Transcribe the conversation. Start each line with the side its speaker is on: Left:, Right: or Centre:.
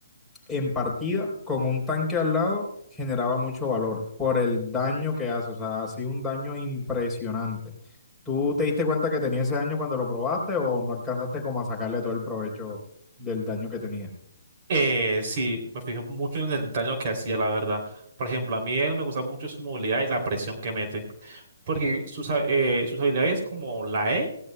Centre: en partida con un tanque al lado generaba mucho valor por el daño que hace, o sea, ha sido un daño impresionante. ¿Tú te diste cuenta que tenía ese daño cuando lo probaste o no alcanzaste como a sacarle todo el provecho del daño que tenía?
Right: Eh, sí, me fijo mucho en el daño que hacía, la verdad. Por ejemplo, a mí él me gusta mucho su movilidad y la presión que mete. Porque sus, ha- eh, sus habilidades como la E,